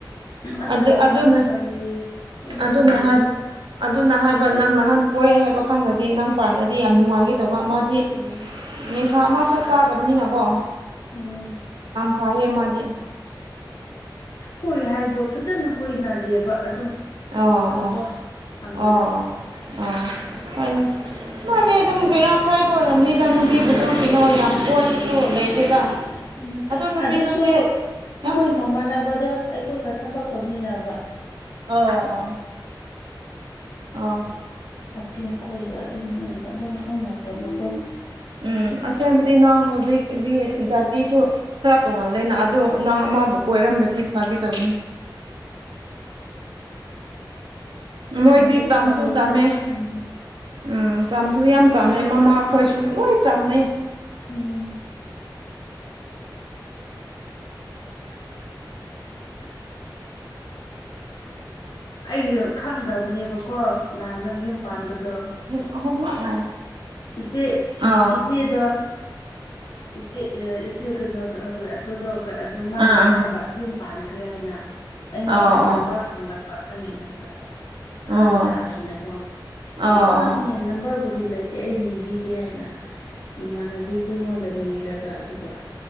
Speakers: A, on the left (about 55°); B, on the right (about 80°).
A: ꯑꯁ꯭ꯋꯥꯏꯗ
B: ꯑꯗꯨ ꯑꯗꯨꯅ
A: ꯊꯕꯛ ꯇꯧꯋꯦꯌꯦ ꯁꯨꯛꯂꯦꯝ
B: ꯑꯗꯨꯅ
A: ꯂꯦꯝꯗꯦ
B: ꯍꯥꯏ ꯑꯗꯨꯅ ꯍꯥꯏꯕ ꯅꯪ ꯅꯍꯥꯟ ꯀꯣꯏꯦ ꯍꯥꯏꯕ ꯈꯪꯗꯗꯤ ꯅꯪ ꯄꯥꯜꯂꯗꯤ ꯌꯥꯝ ꯅꯨꯡꯉꯥꯏꯈꯤꯦ ꯀꯩꯇꯧꯕ ꯃꯥꯗꯤ
A: ꯎꯝ
B: ꯅꯤꯡꯁꯥ ꯑꯃꯁꯨ ꯆꯥꯗꯕꯅꯤꯅꯀꯣ
A: ꯎꯝ
B: ꯐꯍꯦ ꯃꯥꯗꯤ
A: ꯀꯣꯏ ꯍꯥꯏꯗꯣ ꯐꯖꯅ ꯀꯣꯏꯅꯗꯦꯕ ꯑꯗꯨꯝ
B: ꯑꯣ
A: ꯐꯣꯟꯗꯀꯣ
B: ꯑꯣ
A: ꯍꯪꯅꯔꯒ
B: ꯑꯣ ꯑꯣ ꯍꯣꯏ ꯃꯥꯗꯤ ꯑꯗꯨꯝ ꯀꯩꯅꯣ ꯈꯥꯏꯕ ꯑꯣꯏꯔꯝꯅꯤꯗ ꯅꯨꯄꯤꯕꯨꯁꯨ ꯀꯩꯅꯣ ꯌꯥꯝ ꯀꯣꯏꯕꯁꯨ ꯂꯩꯇꯦꯗ
A: ꯎꯝ
B: ꯑꯗꯣ ꯅꯨꯄꯤꯁꯨ
A: ꯑꯗꯨꯁꯨ
B: ꯁꯤ ꯌꯥꯝ
A: ꯃꯣꯏ ꯃꯃꯥꯟꯅꯕꯗꯣ ꯑꯩꯈꯣꯏꯒ ꯊꯕꯛ ꯇꯧꯃꯤꯟꯅꯕ
B: ꯑꯣ ꯑꯣ ꯑ
A: ꯑ ꯈꯣꯏꯒ ꯑꯗꯨꯝ ꯑꯗꯨꯝ ꯈꯪꯅꯈ꯭ꯔꯕꯀꯣ
B: ꯎꯝ ꯑꯁꯦꯡꯕꯗꯤ ꯅꯪ ꯍꯧꯖꯤꯛꯗꯤ ꯖꯥꯇꯤꯁꯨ ꯈꯔ ꯇꯣꯡꯍꯜꯂꯦꯅ ꯑꯗꯨꯗ ꯅꯪ ꯑꯃꯕꯨ
A: ꯎꯝ
B: ꯀꯣꯏꯔꯝ꯭ꯔꯗꯤ ꯐꯥꯒꯦ ꯇꯧꯕꯅꯤ ꯃꯣꯏꯗꯤ
A: ꯐꯔꯦ
B: ꯆꯥꯝꯁꯨ
A: ꯎꯄꯥꯏ ꯂꯩꯇꯔꯦ
B: ꯆꯥꯝꯃꯦ
A: ꯎꯝ
B: ꯎꯝ ꯆꯥꯝꯁꯨ ꯌꯥꯝ ꯆꯥꯝꯃꯦ ꯃꯃꯥ ꯑꯩꯈꯣꯏꯁꯨ ꯂꯣꯏ ꯆꯥꯃꯦꯩ
A: ꯎꯝ <unintelligible> ꯑꯩꯁꯨ ꯈꯪꯗꯕꯅꯦꯕꯀꯣ ꯅꯍꯥꯟ ꯅꯪ ꯌꯨꯝ ꯄꯥꯟꯕꯗꯣ
B: ꯍ ꯍꯣꯠ ꯅꯥꯏ
A: ꯏꯆꯦ
B: ꯑ
A: ꯏꯆꯦꯗꯣ ꯏꯆꯦ ꯏꯆꯦ ꯀꯩꯅꯣꯗ ꯑꯩꯈꯣꯏ ꯑꯇꯣꯗ ꯑꯗꯨ ꯃꯥꯅ
B: ꯑꯥ
A: ꯍꯥꯏꯕ ꯌꯨꯝ ꯄꯥꯟꯈ꯭ꯔꯦ ꯍꯥꯏꯅ ꯑꯩꯉꯣꯟꯗ
B: ꯑꯥ ꯑꯣ
A: ꯅꯝꯕꯔ
B: ꯑꯣ
A: ꯍꯪꯂꯛꯄ ꯅꯪꯒꯤ ꯅꯝꯕꯔꯗꯣ ꯈꯪꯕ꯭ꯔꯥ
B: ꯑꯣ
A: ꯑꯩꯅꯀꯣ
B: ꯑꯣ
A: ꯑꯩꯅ ꯈꯪꯉꯦ
B: ꯑꯣ
A: ꯅꯝꯕꯔꯕꯨꯗꯤ ꯗꯤ ꯂꯩꯇꯦ ꯑꯩ ꯅꯤꯕꯤꯒꯦ ꯍꯥꯏꯅ ꯏꯃꯥꯟꯅꯕꯤ ꯑꯩꯒꯣꯟꯗ ꯅꯤꯔꯒ ꯑꯗꯨꯒ